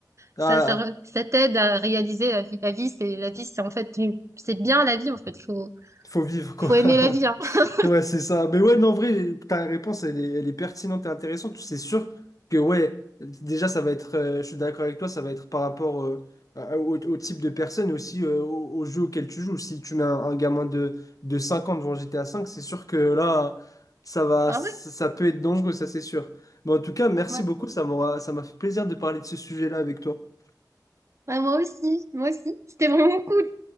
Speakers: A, on the left; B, on the right.
A: Ah,
B: Ça, ça, re- ça t'aide à réaliser la vie. La vie, c'est la vie, c'est en fait une- c'est bien la vie en fait. Faut
A: faut vivre, quoi.
B: faut aimer
A: <laughs>
B: la vie. hein. <laughs>
A: Ouais, c'est ça. Mais ouais, non, en vrai, ta réponse, elle est, elle est pertinente et intéressante. C'est sûr que, ouais, déjà, ça va être, euh, je suis d'accord avec toi, ça va être par rapport euh, à- au, au type de personne et aussi euh, au, au jeu auquel tu joues. Si tu mets un, un gamin de, de 5 ans devant GTA 5, c'est sûr que là, ça va,
B: Ah
A: ça,
B: ouais,
A: ça peut être dangereux, ça, c'est sûr. Mais en tout cas, merci
B: ouais.
A: beaucoup, ça m'aura, ça m'a fait plaisir de parler de ce sujet-là avec toi.
B: Ouais, moi aussi, moi aussi. C'était vraiment cool.